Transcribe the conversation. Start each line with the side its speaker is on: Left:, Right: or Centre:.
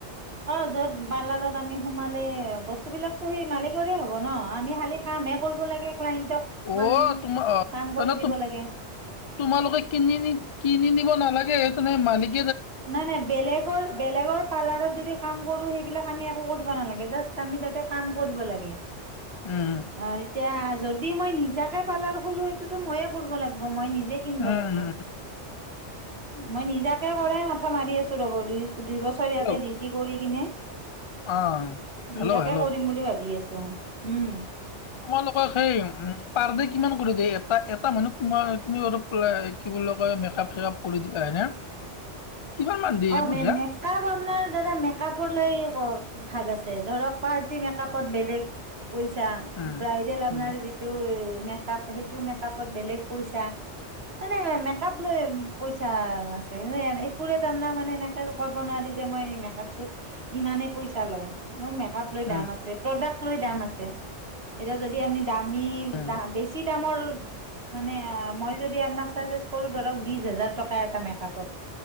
Right: অ য'ত পাৰ্লাৰত আমি সোমালে বস্তু বিলাকতো সেই মালিকৰে হব ন আমি খালি কামহে কৰিব লাগে। ক্লাইণ্টক
Left: অ
Right: আমি
Left: তোমাৰ
Right: কাম
Left: তেনে
Right: কৰি দিব লাগে
Left: তোমালোকে কিনি কিনি নিব ন নালাগে এইটো নে মালিক
Right: নাই নাই বেলেগৰ বেলেগৰ পাৰ্লাৰত যদি কাম কৰো সেইবিলাক আমি একো কৰিব নালাগে জাষ্ট আমি তাতে কাম কৰিব লাগে।
Left: উম
Right: অ এতিয়া যদি মই নিজাকে পালাৰ খলো সেইটোতো ময়ে কৰিব লাগিব মই নিজ নিজে কিনব
Left: উম
Right: লাগিব।
Left: উম
Right: মই নিজা কে মাথা মাৰি আছো ৰ'ব দুই দুই বছৰ ইয়াতে
Left: এই
Right: ডিউটি কৰি কিনে
Left: অ
Right: নিজাকে
Left: হেল্ল' হেল্ল'
Right: কৰিম বুলি ভাবি আছো উম
Left: তোমালোকক সেই পাৰ দে কিমান কৰি দে এটা এটা মানুহে তোমাৰ তুমি বাৰ কি বুলি কয় মেকপ চেকপ কৰি দিয়া হয়নে? কিমান মান দিয়ে
Right: অ
Left: পইচা
Right: ম মেকআপ আপোনাৰ দাদা মেকপ লৈ ভাগ আছে ধৰক পাৰ্টি মেকআপত বেলেগ। পইচা
Left: উম
Right: ব্ৰাইডেল আপোনাৰ
Left: উম
Right: যিটো মেকআপ সেইটো মেকআপত বেলেগ পইচা মানে মেকআপ লৈ পইচা আছে একো জানাক মানে এনেকে কব নোৱাৰি যে মই মেকআপত ইমানেই পইচা লয় ন মেকাপ লৈ
Left: উম
Right: দাম আছে প্ৰাডা লৈ দাম আছে এতিয়া যদি আপুনি দামী,
Left: উম
Right: বেছি দামৰ মানে মই যদি আপোনাক চাজেষ্ট কৰো ধৰক বিশ হাজাৰ টকা এটা মেকআপত।